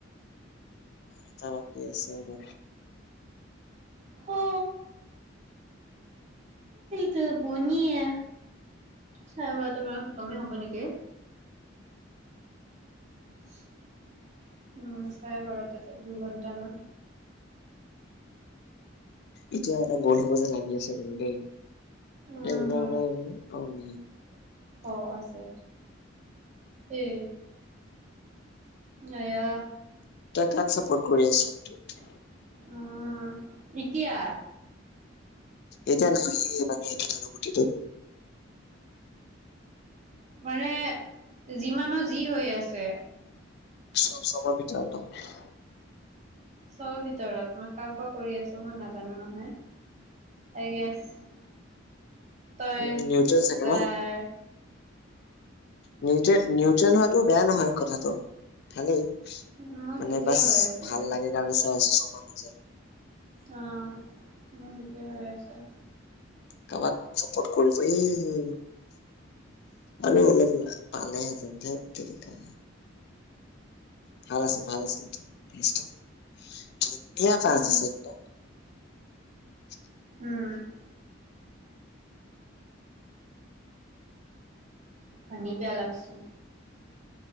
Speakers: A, on the left; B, on the right.
A: এটা বাকী আছে আৰু।
B: হ টো পনীয়ে চাই বাৰটা মানত খতমেই হ'ব নেকি। উম! চাৰে বাৰটাতে দুঘন্টা ন?
A: এতিয়া এটা গোল হব যেন লাগি আছে কিন্তু দেই।
B: উম,
A: এই গোটা গোটা কেইজনী আওম।
B: অঁ আছে এ আয়াহ।
A: তই কাক চাপৰ্ট কৰি আছিলি সেইটোত?
B: উমঁ এতিয়া।
A: এতিয়া নহয় এই মানে এইটোত আৰু গুটিটোত।
B: মানে যিমানো যি হৈ আছে।
A: চব চবৰ ভিতৰত অঁ।
B: চব ভিতৰত মই কাবাক- কৰি আছোঁ মই নাজানো নহয় এই গাইছ- তই
A: উম নিউট্ৰেল চাগে
B: যায়-
A: ন নিউট্ৰেল নিউট্ৰেল হোৱাটো বেয়া নহয় কথাটো ভালেই।
B: মোৰ
A: মানে
B: সেইটোৱে
A: বাছ
B: হৈ আছে
A: ভাল লাগে কাৰণে চাই আছোঁ চবাৰ মাজত।
B: অঁ মোৰ সেইটয়ে হৈ আছে।
A: কাৰোবাক চাপৰ্ট কৰিব এই- আৰু অলপ পালাইহেতেন ধেত তেৰিকা। ভাল আছিল ভাল আছিল ৰিলচতো ধুনীয়া এটা
B: উম,
A: আনিছে ন। চেকিক
B: উমঁ উমঁ! পানী পিয়াহ লাগছে।